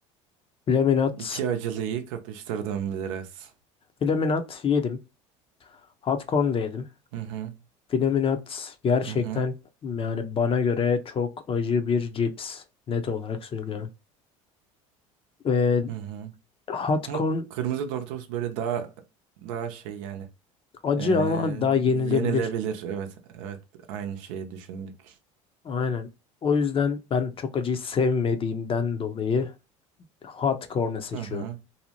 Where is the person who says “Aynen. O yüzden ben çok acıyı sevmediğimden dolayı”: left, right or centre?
Left